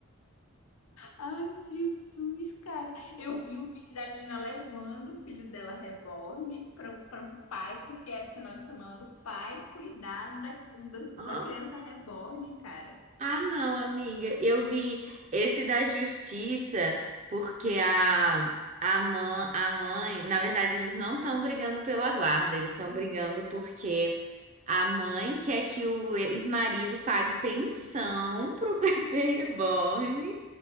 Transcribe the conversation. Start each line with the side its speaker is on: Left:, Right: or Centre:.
Left: Ai, Jesus, cara. Eu vi um vídeo da menina levando o filho dela reborn para o pai, porque era o final de semana do pai cuidar da, do-
Right: Ah.
Left: da criança reborn, cara.
Right: Ah, não, amiga. Eu vi esse da justiça, porque a, a, mãe, a mãe, na verdade, eles não estão brigando pela guarda, eles estão
Left: Uhum.
Right: brigando porque a mãe quer que o ex-marido pague pensão pro <laughs> bebê reborn